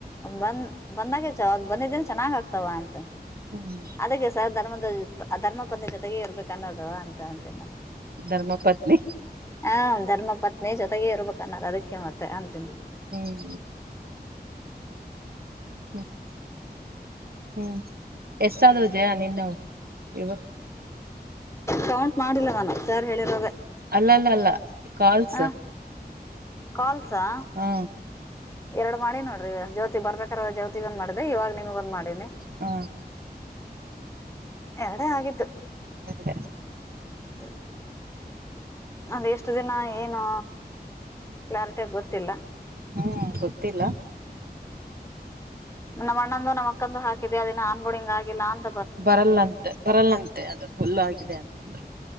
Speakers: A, on the left; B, on the right.
A: ಬಂದ್ ಬಂದಾಗ ಅವ ಬಂದಿದ್ರೆ ಚೆನ್ನಾಗ್ ಆಗ್ತಾವ ಅಂತ್
B: ಹ್
A: ಅದುಕೆ ಸರ್ ಧರ್ಮದ ಧರ್ಮ ಪತ್ನಿ ಜೊತೆಗೆ ಇರ್ಬೇಕು ಅನ್ನೋದು ಅಂತ ಅಂತೀನಿ ನಾನ್
B: ಧರ್ಮಪತ್ನಿ
A: ಹಾ ಧರ್ಮ ಪ ಪತ್ನಿಯೇ ಜೊತೆಗೆ ಇರ್ಬೇಕನ್ನೋದು ಅದಕ್ಕೆ ಮತ್ತೆ ಅಂತಿನಿ
B: ಹ್ಮ್ ಹುಂ ಹುಂ ಎಸಾದು ಜಯಾ ನಿನ್ನ ಇವಾಗ ಇವು
A: ಕೌಂಟ್ ಮಾಡಿಲ್ಲವಾ ನಾನು ಸರ್ ಹೇಳಿರೋದೇ
B: ಅಲ್ಲಲ್ಲಲ್ಲ ಕಾಲ್ಸ್
A: ಹಾ ಕಾಲ್ ಸಾ
B: ಹಾ
A: ಎರಡ್ ಮಾಡಿ ನೋಡ್ರಿ ಇವ ಜ್ಯೋತಿ ಬರ್ಬೇಕಾರ ಜ್ಯೋತಿಗ್ ಒಂದ್ ಮಾಡಿದೆೆ ಇವಾಗ ನಿಮಗೋಂದ್ ಮಾಡಿನಿ
B: ಹಾ
A: ಎರಡೇ ಆಗಿದ್ದು.
B: ಒಂದೇ ಕಡೆ
A: ಹುಂ ಅದು ಎಷ್ಟು ದಿನ ಏನು ಕ್ಲಾರಿಟಿಯಾಗಿ ಗೊತ್ತಿಲ್ಲಾ
B: ಹುಂ ಗೊತ್ತಿಲ್ಲಾ
A: ನಮ್ಮ ಅಣ್ಣಂದು ನಮ್ಮ ಅಕ್ಕಂದು ಹಾಕಿದೆ ಅದ ಇನ್ನ ಆನ್ ಬೋರ್ಡ್ ಆಗಿಲ್ಲಾ ಅಂತಾ
B: ಬರಲ್ಲಂತೆ ಬರಲ್ಲಂತೆ ಅದು ಫುಲ್ ಆಗಿದೆ ಅನಿಸುತ್ತೆ